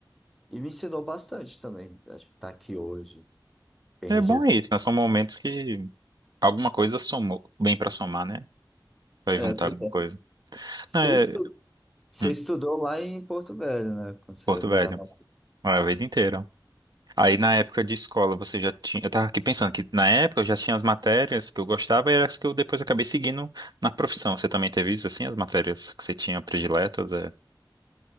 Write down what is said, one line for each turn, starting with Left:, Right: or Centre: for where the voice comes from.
Centre: e me ensinou bastante também. Acho que estar aqui hoje, bem
Right: É
Centre: resolvido.
Right: bom é isso, né? São momentos que alguma coisa somou, bem pra somar, né? Vai
Centre: É,
Right: juntar
Centre: pois
Right: alguma
Centre: é.
Right: coisa.
Centre: Você
Right: É,
Centre: estu- você
Right: hum,
Centre: estudou lá em Porto Velho, né? Quando você
Right: Porto
Centre: morava
Right: Velho,
Centre: lá.
Right: a vida inteira. Aí na época de escola você já tinha. Eu tava aqui pensando que na época eu já tinha as matérias que eu gostava e eram as que eu depois acabei seguindo na profissão. Você também teve isso assim, as matérias que você tinha prediletas? É,